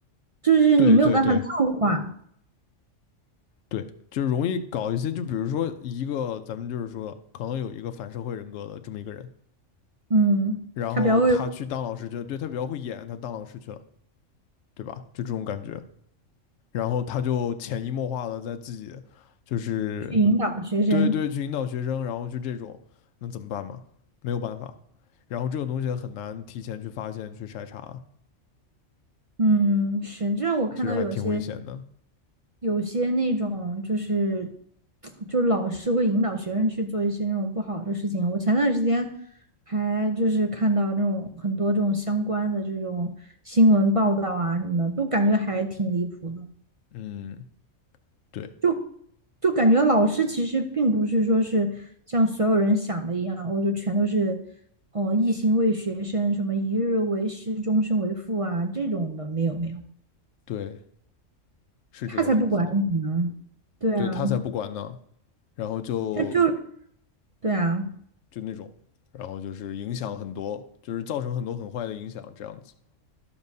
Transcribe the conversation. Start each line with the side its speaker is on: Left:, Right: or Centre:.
Right: 就是你没有办法量化，
Left: 对对对对，就容易搞一些，就比如说一个咱们就是说可能有一个反社会人格的这么一个人，
Right: 嗯，
Left: 然后他去当老师去了，
Right: 他比较会
Left: 对他比较会演，他当老师去了，对吧？就这种感觉。然后他就潜移默化的在自己就是
Right: 去引导学生，
Left: 对对去引导学生，然后就这种，那怎么办嘛？没有办法。然后这种东西很难提前去发现、去筛查，
Right: 嗯，是，这让我看到有些。
Left: 其实还挺危险的。
Right: 有些那种就是，就老师会引导学生去做一些那种不好的事情。我前段时间还就是看到那种很多这种相关的这种新闻报道啊什么的，都感觉还挺离谱的。
Left: 嗯，对
Right: 就就感觉老师其实并不是说是像所有人想的一样，我就全都是哦一心为学生，什么一日为师，终身为父啊这种的，没有没有，
Left: 对，是这个样子的。
Right: 他才不管你呢。对啊，
Left: 对他才不管呢，然后就
Right: 他就对啊。
Left: 就那种，然后就是影响很多，就是造成很多很坏的影响，这样子。